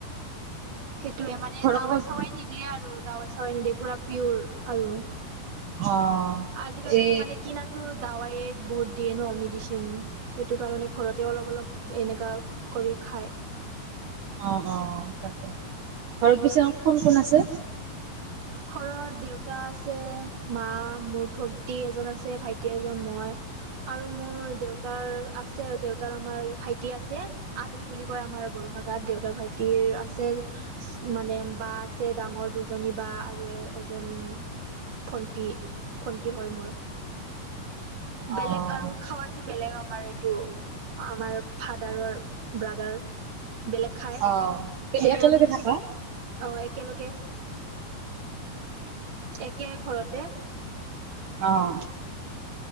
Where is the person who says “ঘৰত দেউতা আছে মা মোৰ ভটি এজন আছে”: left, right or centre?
Right